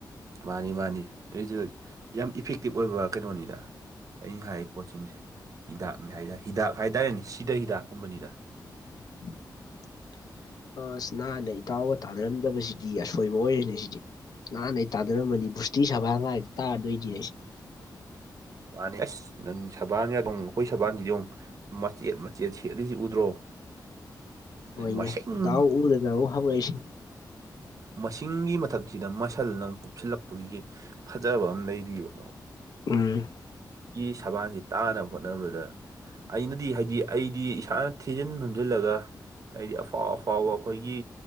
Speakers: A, on the right; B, on the left.
A: ꯃꯥꯅꯤ ꯃꯥꯅꯤ ꯔꯤꯖꯜ ꯌꯥꯝ ꯏꯐꯦꯛꯇꯤꯞ ꯑꯣꯏꯕ ꯀꯩꯅꯣꯅꯤꯗ ꯑꯩꯅ ꯍꯥꯏꯔꯤꯕ ꯄꯣꯠꯁꯤꯡꯁꯦ ꯍꯤꯗꯥꯛꯅꯤ ꯍꯥꯏꯇꯥꯔꯦ ꯍꯤꯗꯥꯛ ꯍꯥꯏꯇꯥꯔꯦꯅꯦ ꯁꯤꯗ ꯍꯤꯗꯥꯛꯀꯨꯝꯕꯅꯤꯗ
B: <unintelligible> ꯑꯁ ꯅꯥꯍꯟꯗꯩ ꯏꯇꯥꯎꯒ ꯇꯥꯟꯅꯔꯝꯗꯕꯁꯤꯗꯤ ꯑꯁꯣꯏꯕ ꯑꯣꯏꯔꯅꯦ ꯁꯤꯗꯤ ꯅꯍꯥꯟ ꯑꯩ ꯇꯥꯅꯔꯝꯃꯅꯤ <unintelligible>
A: ꯃꯥꯅꯦ ꯑꯁ ꯅꯪ ꯁꯕꯥꯟ ꯌꯥꯗꯣꯡ ꯑꯩꯈꯣꯏ ꯁꯕꯥꯟꯁꯤꯗꯤ ꯌꯦꯡ ꯃꯆꯦꯠ ꯃꯆꯦꯠ ꯁꯦꯠꯂꯤꯁꯤ ꯎꯗ꯭ꯔꯣ
B: ꯑꯣꯏꯅꯦ
A: ꯃꯁꯤꯡ
B: ꯏꯇꯥꯎ ꯎꯗꯅꯕꯨ ꯍꯧꯔꯏꯁꯤꯅꯤ
A: ꯃꯁꯤꯡꯒꯤ ꯃꯊꯛꯁꯤꯗ ꯃꯁꯜꯅꯃꯨꯛ ꯀꯨꯞꯁꯤꯜꯂꯛꯄꯒꯤ ꯐꯖꯕ ꯑꯃ ꯂꯩꯔꯤꯕ <unintelligible>
B: ꯎꯝ
A: ꯒꯤ ꯁꯕꯥꯟꯁꯤ ꯇꯥꯅꯕ ꯍꯣꯠꯅꯕꯗ ꯑꯩꯅꯗꯤ ꯍꯥꯏꯗꯤ ꯑꯩꯗꯤ ꯏꯁꯥꯅ ꯊꯤꯖꯤꯟ ꯍꯨꯝꯖꯤꯜꯂꯒ ꯍꯥꯏꯗꯤ ꯑꯐꯥꯎ ꯑꯐꯥꯎꯕ ꯑꯩꯈꯣꯏꯒꯤ